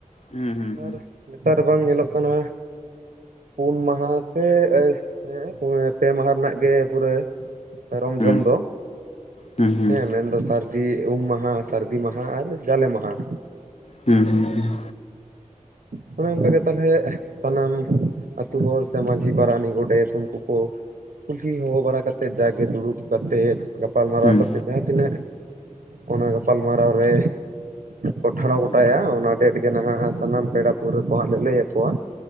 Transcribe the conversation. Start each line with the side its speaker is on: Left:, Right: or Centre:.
Left: ᱦᱩᱸ ᱦᱩᱸ
Right: ᱟᱨ ᱱᱮᱛᱟᱨ ᱵᱟᱝ ᱧᱮᱞᱚᱜ ᱠᱟᱱᱟ ᱯᱩᱱ ᱢᱟᱦᱟ ᱥᱮ ᱮᱭ <unintelligible> ᱯᱮ ᱢᱟᱦᱟ ᱨᱮᱱᱟᱜ ᱜᱮ ᱯᱩᱨᱟᱹ ᱨᱚᱢ
Left: ᱦᱩᱸ
Right: ᱡᱷᱚᱢ ᱫᱚ
Left: ᱦᱩᱸ ᱦᱩᱸ
Right: ᱦᱮᱸ ᱢᱮᱱᱫᱚ ᱥᱟᱹᱨᱫᱤ ᱩᱢ ᱢᱟᱦᱟᱸ ᱥᱟᱹᱨᱫᱤ ᱢᱟᱦᱟᱸ ᱟᱨ ᱡᱟᱞᱮ ᱢᱟᱦᱟᱸ
Left: ᱦᱮᱸ ᱦᱮᱸ ᱦᱮᱸᱻ
Right: ᱦᱮᱸ ᱚᱱᱮ ᱚᱱᱠᱟᱜᱮ ᱛᱟᱦᱚᱞᱮ ᱥᱟᱱᱟᱢ ᱟᱹᱛᱳ ᱦᱚᱲ ᱥᱮ ᱢᱟᱺᱡᱷᱤ ᱯᱟᱨᱟᱱᱤᱠ ᱜᱚᱰᱮᱛ ᱩᱱᱠᱩ ᱠᱚ ᱠᱩᱞᱦᱤ ᱦᱚᱦᱚ ᱵᱟᱲᱟ ᱠᱟᱛᱮᱫ ᱡᱟᱜᱮ ᱫᱩᱲᱩᱵ ᱠᱟᱛᱮᱫ ᱜᱟᱯᱟᱞᱢᱟᱨᱟᱣ
Left: ᱦᱩᱸ
Right: ᱠᱟᱛᱮᱫ
Left: ᱦᱩᱸ
Right: ᱡᱟᱦᱟᱸ ᱛᱤᱱᱟᱹᱜ ᱚᱱᱟ ᱜᱟᱯᱟᱞᱢᱟᱨᱟᱣ ᱨᱮ ᱠᱚ ᱴᱷᱟᱲᱚ ᱜᱚᱴᱟᱭᱟ
Left: ᱦᱩᱸ
Right: ᱚᱱᱟ ᱰᱮᱴ ᱜᱮ ᱱᱟᱦᱟᱜ ᱥᱟᱱᱟᱢ ᱯᱮᱲᱟ ᱯᱟᱹᱲᱣᱨᱟᱹ ᱠᱚ ᱦᱟᱸᱜ ᱞᱮ ᱞᱟᱹᱭ ᱠᱚᱣᱟ᱾